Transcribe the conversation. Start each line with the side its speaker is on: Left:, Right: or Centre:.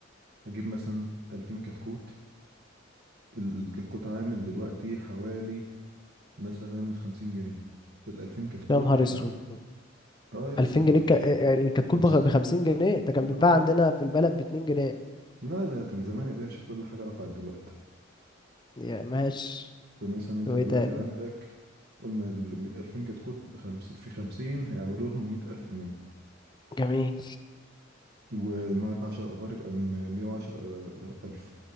Right: هجيب مثلا 2000 كتكوت ال- الكتكوت عامل دلوقتي حوالي مثلا 50 جنيه فال 2000 كتكوت
Left: يا نهار
Right: هي
Left: اسود
Right: اه يصل
Left: 2000 جنيه الك- الكتكوت
Right: 50
Left: ب 50 جنيه ده كان بيتباع
Right: اه والله
Left: عندنا في البلد ب 2 جنيه
Right: لا ده كان زمان يا باشا كل حاجة رفعت دلوقتي
Left: يعني ماشي
Right: فمثلا انت
Left: وايه
Right: دلوقتي
Left: تاني
Right: عندك قلنا ال 2000 كتكوت بخمس في 50 هيعملوا لهم 100000 جنيه
Left: جميل
Right: ومعك عشر أشجار يبقى مية وعشر آه، ألف